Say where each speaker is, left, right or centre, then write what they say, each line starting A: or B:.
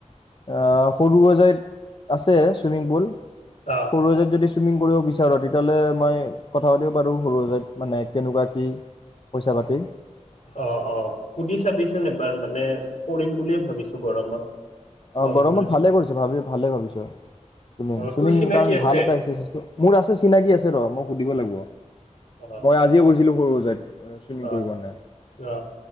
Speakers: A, on the left; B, on the left.
A: আ' সৰু সজাইত আছে- ছুইমিং পুল।
B: অ
A: সৰু সজাইত যদি চুইমিং কৰিব বিচাৰ, তেতিয়াহ'লে মই কথা পাতিব পাৰোঁ। সৰুসজাইত মানে কেনেকোৱা কি? পইচা-পাতি?
B: অ' অ' সুধি চাবিচোন এবাৰ মানে, কৰিম বুলিয়ে ভাবিছোঁ গৰমত।
A: অ'
B: ল'ম
A: গৰমত
B: বুলি
A: ভালে কৰিছ ভাবি-ভালে ভাৱিছ। চুইমিং-
B: অ
A: চুইমিং
B: তোৰ চিনাকি
A: কাৰণ
B: আছে
A: ভাল এটা এস্কাৰচাইজটো। মোৰ আছে চিনাকি আছে ৰ' মই সুধিব লাগিব।
B: অ
A: মই আজিয়ে গৈছিলো সৰুস জাইত চুইমিং
B: অ
A: কৰিবনে নাই।
B: অ অ